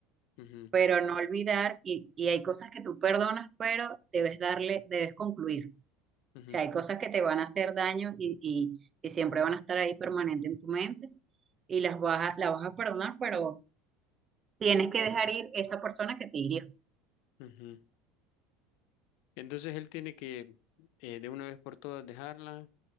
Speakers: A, on the left; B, on the right.
A: Ujú,
B: pero no olvidar y, y hay cosas que tú perdonas, pero debes darle, debes concluir. O
A: ujú,
B: sea, hay cosas que te van a hacer daño y, y, y siempre van a estar ahí permanente en tu mente y las vas a, las vas a perdonar, pero tienes que dejar ir esa persona que te hirió.
A: ujú. Entonces él tiene que eh, de una vez por todas dejarla,